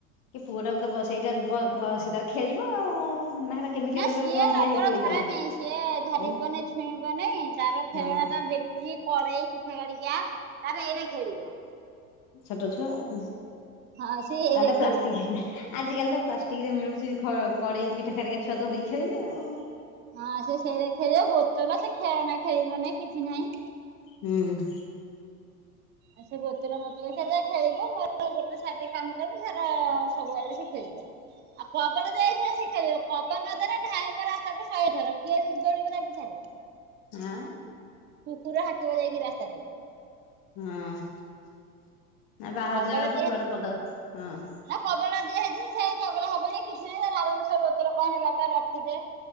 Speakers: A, on the left; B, on the right.
A: କି ପୁଅ ଟାକୁ ତ ବ-ସେଇଟା ବ- ଧ ସେ ତାର ଖେଳିବ ଆଉ ନା କେମିକାଲ
B: ନା ସିଏ
A: କଣ
B: ରବର
A: ଦିଆ ହେଇଥିବ
B: ଧରେ
A: କି କଣ
B: ନେଇଁ ସିଏ ଧରିବନି
A: ଆଉ
B: ଛୁଇଁବନି ତାର
A: ହଁ
B: ଖେଳଣା ଟା ଦେଖି କରେଇ ପିଠା ଖାଡିକା ତାର ଏଇରା ଖେଳିବ।
A: ଛୋଟ ଛୁଆ ଆଉ
B: ହଁ ସେ ଏଇରା
A: ତାର ତ ପ୍ଲାଷ୍ଟିକି
B: ଖେଳିବ
A: ଆଜିକାଲି ତ ପ୍ଲାଷ୍ଟିକରେ ମିଳୁଚି ଖ କଡ଼େଇ ପିଠାଖାରିକା ଛୁଆ ଧରିକି ଖେଳିବେ ଆଉ।
B: ହଁ ସେ ସେରା ଖେଳିବ ବୋତଲ ସେ ଖେଳନା ଖେଳିବ ନେଇଁ କିଛି ନାହିଁ।
A: ହୁଁ।
B: ଆ ସେ ବୋତଲା ମୋତୋଲ ସେରା ଖେଳିବ ମୋର ଗୋଟେଛାଡଦେ କାମ କରି ସେରା ସବୁ ଆଡେ ସିଏ ଖେଳିବ ଆ କଦଡ <unintelligible> ସେ ଖେଳିବ କଦ ଦ୍ବାରା ଧଇଁବ ରାସ୍ତାକୁ ଶହେଥର କିଏ ଦୋଉଡ଼ିବ ତା ପିଛାରେ।
A: ଆଁ?
B: କୁକୁର ହାକିବ ଯାଇକି ରାସ୍ତାରେ।
A: ହଁ ନା
B: ଆଉ
A: ବାହାର
B: କବାଟ
A: ଜାଗାକୁ
B: ଦିଆହେଇଛି
A: କୁଆଡେ ପଦାକୁ ଅହଁ।
B: ନା କବଡ ଦିଆ ହେଇଚି ସେ ଚଗଲା ହବନେଇ କିଛି ନାଇଁ ହେରା ଆରାମସେ ବତୋଲ କଣ ହେରାକ ର ଖିଦେ